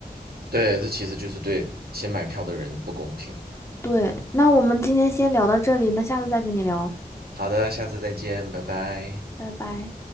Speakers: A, on the right; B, on the left.
A: <laughs> 对，这其实就是对先买票的人不公平。
B: 对，那我们今天先聊到这里，那下次再跟你聊，
A: 好的，下次再见，拜拜。
B: 拜拜。